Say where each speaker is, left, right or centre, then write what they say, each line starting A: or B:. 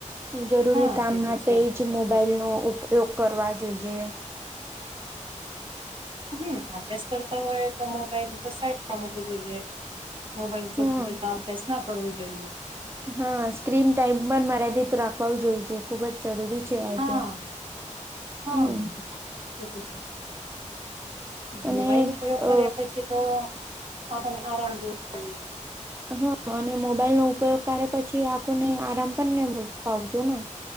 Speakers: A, on the right (about 20°); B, on the right (about 40°).
A: જરૂરી
B: હા
A: કામ
B: તે તો
A: માટે
B: છે
A: જ મોબાઈલનો ઉપયોગ કરવા જોઈએ.
B: હમ્મ, અભ્યાસ કરતા હોય તો મોબાઈલ એ તો સાઈડ માં મૂકવુ જોઈએ. મોબાઈલ
A: હમ
B: જોતા-જોતા અભ્યાસ ન કરવો જોઈએ.
A: હા સ્ક્રીન ટાઈમ પણ મર્યાદિત રાખવા જોઈએ ખુબ જ જરૂરી છે, આઈ
B: હા
A: તો.
B: હા
A: હમ્મ.
B: એ તો છે.
A: અને
B: મોબાઈલ ઉપયોગ કર્યા
A: અ
B: પછી તો, આપને આરામ જેવું <unintelligible>
A: હા. અને મોબાઈલ નો ઉપયોગ કારે પછી આંખોને આરામ પણ <unintelligible> આવતું ના,